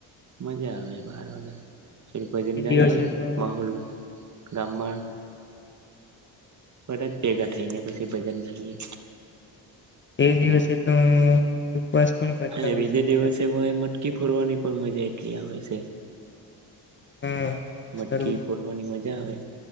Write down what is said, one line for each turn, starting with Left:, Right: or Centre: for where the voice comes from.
Right: મજા આવે બાર વાગ્યા શ ભ એ જાાય
Left: દિવસે તો
Right: માહોલ ગામર બધા જ ભેગા થઈને પછી ભજન ગાઈએ
Left: એ દિવસે તો ઉપવાસ પણ કરતા
Right: અને
Left: હોય
Right: બીજે
Left: છે બધા
Right: દિવસે ભ મટકી ફોરવાની પણ મજા પ્ર ક્રિયાશે
Left: હમ
Right: મટકી
Left: સારું
Right: ફોડવાની મજા આવે